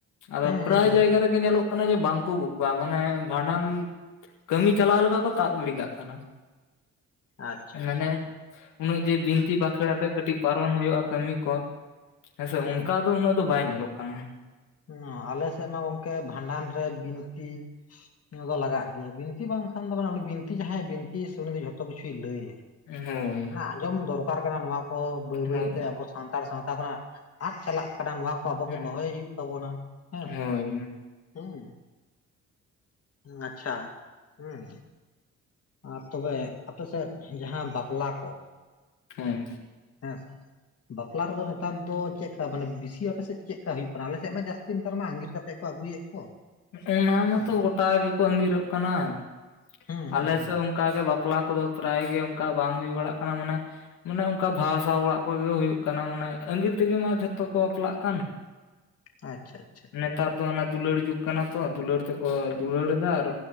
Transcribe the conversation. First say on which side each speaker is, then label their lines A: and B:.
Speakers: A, on the left; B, on the left.
A: ᱟᱫᱚ
B: ᱦᱩᱸ
A: ᱯᱨᱟᱭ
B: ᱦᱩᱸ ᱦᱩᱸ
A: ᱡᱟᱭᱜᱟ ᱨᱮᱜᱮ ᱧᱮᱞᱚᱜ ᱠᱟᱱᱟᱼᱼ ᱡᱮ ᱵᱟᱝᱠᱚ ᱟᱹᱜᱩ ᱠᱚᱣᱟ ᱢᱟᱱᱮ ᱵᱷᱟᱸᱰᱟᱱ ᱠᱟᱹᱢᱤ ᱪᱟᱞᱟᱣ ᱞᱮᱠᱟ ᱠᱚ᱾ ᱛᱟ. ᱵ ᱜᱤᱰᱤ ᱠᱟᱜ ᱠᱟᱱᱟ᱾
B: ᱟᱪᱪᱷᱟ ᱟᱪᱪᱷᱟ
A: ᱢᱟᱱᱮ
B: ᱟᱪᱪᱷᱟ
A: ᱩᱱᱟᱹᱜ ᱡᱮ ᱵᱤᱱᱛᱤ ᱵᱟᱠᱷᱲ ᱟᱛᱮᱜ ᱠᱟᱹᱴᱤᱡ ᱯᱟᱼᱼ ᱯᱟᱨᱚᱢ ᱦᱩᱭᱩᱜᱼᱟ ᱠᱟᱹᱢᱤ ᱠᱚ ᱦᱮᱸᱥᱮ
B: ᱦᱩᱸ
A: ᱚᱱᱠᱟ ᱫᱚ ᱩᱱᱟᱹᱜ ᱫᱚ ᱵᱟᱭ ᱧᱮᱞᱚᱜ ᱠᱟᱱᱟ᱾
B: ᱦᱚ ᱟᱞᱮ ᱥᱮᱫ ᱢᱟ ᱜᱚᱝᱠᱮ ᱵᱷᱟᱸᱰᱟᱱ ᱨᱮ ᱵᱤᱱᱛᱤᱼᱼ ᱱᱚᱣᱟ ᱫᱚ ᱞᱟᱜᱟᱜ ᱜᱮᱭᱟ ᱵᱤᱱᱛᱤ ᱵᱟᱝᱠᱷᱟᱱ ᱫᱚ ᱢᱟᱱᱮ ᱩᱱᱤ ᱵᱤᱱᱛᱤ ᱡᱟᱦᱟᱸᱭ ᱵᱤᱱᱛ ᱥᱮ ᱩᱱᱤ ᱫᱚ ᱡᱷᱚᱛᱚ ᱠᱤᱪᱷᱩᱭ ᱞᱟᱹᱭᱟ᱾
A: ᱦᱳᱭ
B: ᱟᱸᱡᱚᱢ ᱫᱚᱨᱠᱟᱨ ᱠᱟᱱᱟ ᱱᱚᱣᱟ ᱠᱚ ᱵᱟᱹᱭ ᱵᱟᱹᱭᱛᱮ
A: ᱦᱳᱭ
B: ᱟᱵᱚ ᱥᱟᱱᱛᱟᱲ ᱥᱟᱶᱛᱟ ᱠᱷᱚᱱᱟᱜᱼᱼ ᱟ. ᱫᱽ ᱪᱟᱞᱟᱜ ᱠᱟᱱᱟ ᱱᱚᱣᱟ ᱠᱚ ᱟᱵᱚᱜᱮ
A: ᱦᱮᱸ
B: ᱫᱚᱦᱚᱭ ᱦᱩᱭᱩᱜ ᱛᱟᱵᱚᱱᱟ ᱦᱮᱸ ᱥᱮ
A: ᱦᱳᱭ
B: ᱦᱮᱸ᱾ ᱟᱪᱪᱷᱟ ᱦᱩᱸ᱾ ᱟᱨ ᱛᱚᱵᱮ ᱟᱯᱮᱥᱮᱫ ᱡᱟᱦᱟᱸ ᱵᱟᱯᱞᱟ ᱠᱚ,
A: ᱦᱮᱸ
B: ᱦᱮ ᱥᱮ, ᱵᱟᱯᱞᱟ ᱨᱮᱫᱚ ᱱᱮᱛᱟᱨ ᱫᱚ ᱪᱮᱫ ᱞᱮᱠᱟ ᱢᱟᱱᱮ ᱵᱤᱥᱤ ᱟᱯᱮ ᱥᱮᱫ ᱪᱮᱫ ᱞᱮᱠᱟᱠᱟ ᱦᱩᱭᱩᱜ ᱠᱟᱱᱟ ᱟᱞᱮᱥᱮᱫ ᱢᱟ ᱡᱟᱹᱥᱛᱤ ᱱᱮᱛᱟᱨ ᱢᱟ ᱟᱸᱜᱤᱨ ᱠᱟᱛᱮᱼᱼ ᱠᱚ ᱟᱹᱜᱩᱭᱟ ᱠᱚ᱾
A: ᱚᱱᱟ
B: ᱦᱩᱸ
A: ᱢᱟᱛᱚ ᱜᱚᱴᱟ ᱜᱮᱠᱚ ᱟᱜᱤᱨᱚᱜ ᱠᱟᱱᱟ ᱟᱞᱮᱼᱼ
B: ᱦᱩᱸ ᱦᱩᱸ
A: ᱟᱞᱮ
B: ᱦᱩᱸ
A: ᱥᱮᱜ ᱚᱱᱠᱟᱜᱮ ᱵᱟᱯᱞᱟ ᱠᱚᱫᱚ ᱯᱨᱟᱭ ᱜᱮ ᱚᱱᱠᱟ ᱵᱟᱝ ᱦᱩᱭ ᱵᱟᱲᱟᱜ ᱠᱟᱱᱟ ᱢᱟᱱᱮᱼᱼ ᱢᱟᱱᱮ ᱚᱱᱠᱟ ᱵᱷᱟᱥᱟ ᱚᱲᱟᱜ ᱠᱚᱜᱮ ᱦᱩᱭᱩᱜ ᱠᱟᱱᱟ ᱟᱱᱮ ᱟᱸᱜᱤᱨ ᱛᱮᱜᱮ ᱢᱟ ᱡᱷᱚᱛᱚ ᱠᱚ ᱵᱟᱯᱞᱟᱜ ᱠᱟᱱ᱾
B: ᱟᱪᱪᱷᱟ ᱟᱪᱷ᱾
A: ᱱᱮᱛᱟᱨ ᱫᱚ ᱚᱱᱮ ᱫᱩᱞᱟᱹᱲ ᱡᱩᱜ ᱠᱟᱱᱟ ᱛᱚ ᱫᱩᱞᱟᱹᱲ ᱛᱮᱠᱚ ᱫᱩᱞᱟᱹᱲ ᱫᱟ ᱟᱨ